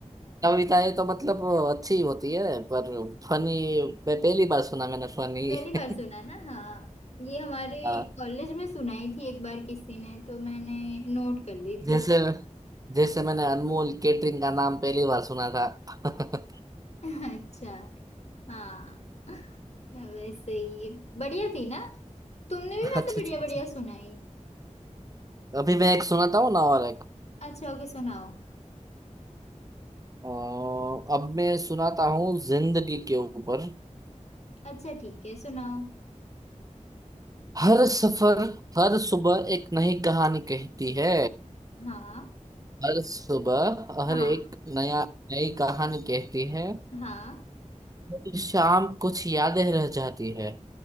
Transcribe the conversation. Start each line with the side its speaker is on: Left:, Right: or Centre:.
Right: कविताएं तो मतलब अच्छी होती है पर फनी मैं पहली बार सुना मैंने फनी
Left: पहली बार
Right: <laughs>
Left: सुना ना हाँ ये हमारे
Right: आ,
Left: कॉलेज में सुनाई थी एक बार किसी ने तो मैंने नोट कर ली थी
Right: जैसे जैसे मैंने अनमोल केटरिंग का नाम पहली बार सुना था <laughs> अच्छा
Left: अच्छा हाँ वैसे ही बढ़िया थी ना तुमने भी
Right: अच्छा
Left: वैसे बढ़िया
Right: अच्छा।
Left: बढ़िया सुनाई
Right: अभी मैं एक सुनाता हूँ ना और एक
Left: अच्छा ओके सुनाओ
Right: अ, अब मैं सुनाता हूँ जिंदगी के ऊपर
Left: अच्छा ठीक है सुनाओ
Right: हर सफर हर सुबह एक नई कहानी कहती है
Left: हाँ
Right: हर सुबह हर
Left: हाँ
Right: एक नया नई कहानी कहती है
Left: हाँ
Right: हर शाम कुछ यादें रह जाती है